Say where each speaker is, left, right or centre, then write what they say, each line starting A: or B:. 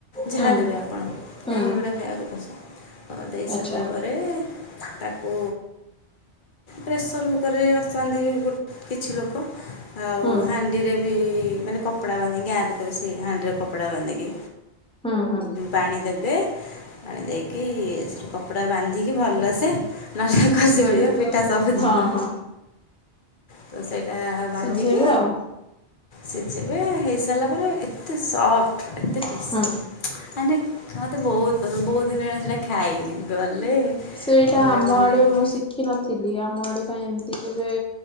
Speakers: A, on the left; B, in the centre.
A: ଯାହା
B: ହୁଁ
A: ଦେବେ ଆପଣ
B: ହୁଁ
A: ଯାହାକୁ ଯଉଟା ଖାଇବାକୁ ପସନ୍ଦ। ତ ଦେଇ ସାରିଲା
B: ଆଚ୍ଛା
A: ପରେ ତାକୁ ପ୍ରେସର କୁକରରେ ବସାନ୍ତି ଗୁ କିଛି ଲୋକ। ଆଉ
B: ହୁଁ।
A: ହାଣ୍ଡିରେ ବି ମାନେ କପଡା ବାନ୍ଧିକି ଗାଁରେତ ବେସି ହାଣ୍ଡିରେ କପଡା ବାନ୍ଧିକି
B: ହୁଁ ହୁଁ
A: ପାଣି ଦେବେ। ପାଣି ଦେଇକି ସେଠି କପଡ଼ା ବାନ୍ଧିକି ଭଲସେ ନହେଲେ ଖସି
B: ସିଝେଇବେ
A: ପଡିବ ପିଠା ସବୁ ଯିବ।
B: ହଁ ହଁ
A: ତ ସେଇଟା ବାନ୍ଧିକି
B: ସିଝେଇବେ ଆଉ
A: ସିଝେଇବେ ହେଇ ଦେଲା ପରେ ଏତେ ସଫ୍ଟ ଏତେ ଟେଷ୍ଟ
B: ହୁଁ।
A: <unintelligible> ମତେ ବହୁତ ପସନ୍ଦ ବହୁତ ଦିନ ହେଲାଇଁ ସେଇଟା ଖାଇନି ଗଲେ
B: ସେଇଟା
A: ଘରେ
B: ଆମ
A: ବନେଇକି
B: ଆଡେ ମୁଁ ଶିଖିିନଥିଲି ଆମ ଆଡେ କାଇଁ ଏମିତି କେବେ